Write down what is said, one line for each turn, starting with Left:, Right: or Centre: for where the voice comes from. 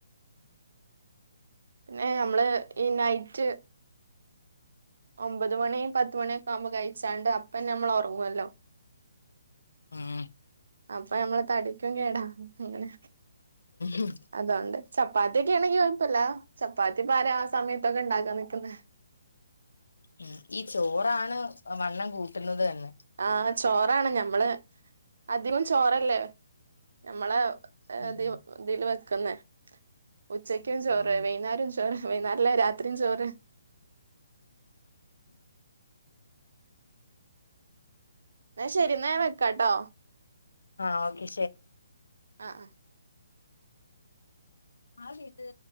Right: പിന്നെ നമ്മള് ഈ നൈറ്റ് ഒമ്പത് മണി പത്തുമണിഒക്കെ ആമ്പോ കഴിച്ചാണ്ട് അപ്പോ നമ്മൾ ഒറങ്ങുവല്ലോ
Left: ആഹ്
Right: അപ്പൊ നമ്മടെ തടിക്കും കേടാ അങ്ങനെ
Left: ഉം
Right: അതൊണ്ട് ചപ്പാത്തി ഒക്കെയാണെങ്കി കൊഴപ്പല്ല ചപ്പാത്തിപ്പാരാ ആ സമയത്തൊക്കെ ഇണ്ടാക്കാൻ നിക്കുന്നേ
Left: ഉം ഈ ചോറാണ് വണ്ണം കൂട്ടുന്നത് തന്നെ
Right: ആഹ് ചോറാണ് ഞമ്മ് നമ്മള് അധികം ചോറല്ലേ നമ്മളെ
Left: ഉം
Right: അതെയോ എന്തേലും ക്ക്ന്നെ ഉച്ചക്കും ചോറ്
Left: ഉം
Right: വൈകുന്നേരം ചോ ത് വൈനെരിലേ രാത്രി ചോറ് എന്നാ ശരി എന്ന ഞാൻ വെക്കാട്ടോ
Left: ആഹ് ഓക്കെ
Right: ആഹ് ആഹ്
Left: ആര് ഇത്